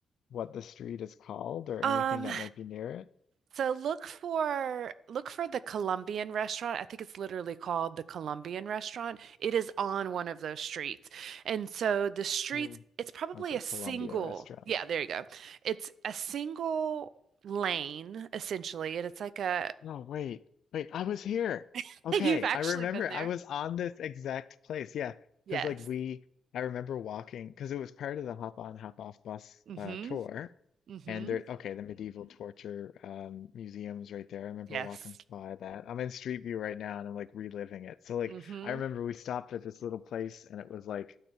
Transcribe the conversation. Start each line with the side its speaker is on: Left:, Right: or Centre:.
Left: what the street is called or
Right: Um,
Left: anything that might be near it?
Right: so look for look for the Colombian restaurant. I think it's literally called the Colombian restaurant. It is on one of those streets. And so the streets,
Left: Mm.
Right: it's probably
Left: Okay,
Right: a single,
Left: Columbia Restaurant.
Right: yeah, there you go. It's a single lane essentially, and it's like a
Left: No, wait, wait, I was here.
Right: <laughs>
Left: Okay,
Right: you've actually
Left: I remember
Right: been there.
Left: I was on this exact place. Yeah,
Right: Yes.
Left: because like we, I remember walking because it was part of the hop on, hop off bus
Right: Mm-hmm.
Left: uh, tour.
Right: Mm-hmm.
Left: And there, okay, the medieval Mhm. torture um, museum is right there. I remember
Right: Yes.
Left: walking by that. I'm in Street View right now and I'm like reliving it. So like,
Right: Mm-hmm.
Left: I remember we stopped at this little place and it was like,